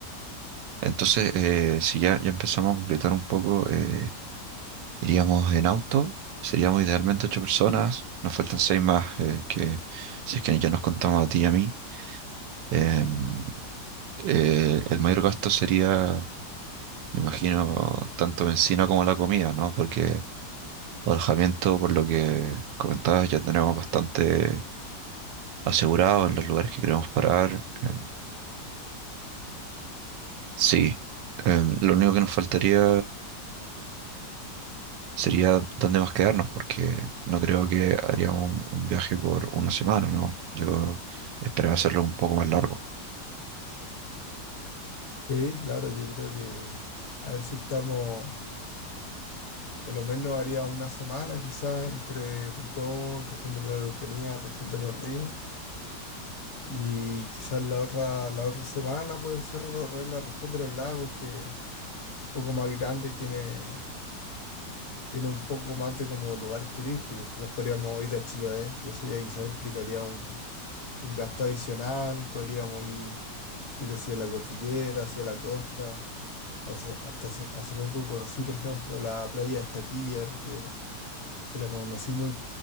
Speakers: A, on the right; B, on the left.
A: Entonces, eh, si ya, ya empezamos a concretar un poco, eh, Iríamos en auto, seríamos idealmente ocho personas, nos faltan seis más, eh, que si es que ya nos contamos a ti y a mí. Em, eh, el mayor gasto sería, me imagino, tanto bencina como la comida, ¿no? Porque alojamiento, por lo que comentabas, ya tenemos bastante asegurado en los lugares que queremos parar. em, sí, Em, lo único que nos faltaría sería dónde más quedarnos, porque no creo que haríamos un, un viaje por una semana, ¿no? Yo esperaba hacerlo un poco más largo.
B: Sí, claro, yo creo que a ver si estamos, por lo menos haría una semana quizás entre Pucón, región de la Araucanía, región de los ríos. Y quizás la otra, la otra semana puede ser recorrer la región de los lagos, que es un poco más grande y tiene tiene un poco más de como lugares turísticos. Quizás podríamos ir a Chiloé, y eso ya quizás implicaría un, un gasto adicional. Podríamos ir, ir hacia la cordillera, hacia la costa. Hace, hasta hace, hace poco conocí, por ejemplo, la playa de Estaquilla, que, era- que la conocí muy,